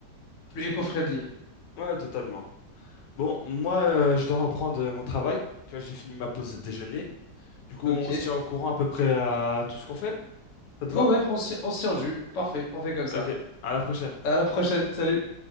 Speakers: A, on the left; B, on the left.
A: plus éco-friendly.
B: Ouais, totalement. Bon, moi, euh, je dois reprendre euh, mon travail. Tu vois, j'ai fini ma pause déjeuner. Du coup,
A: Ok.
B: on
A: Ouais,
B: se tient au courant à peu près à tout ce qu'on fait. Ça te
A: ouais,
B: va?
A: on s'y on s'y en jus. Parfait, on fait comme ça.
B: Ok, à la prochaine.
A: À la prochaine. Salut.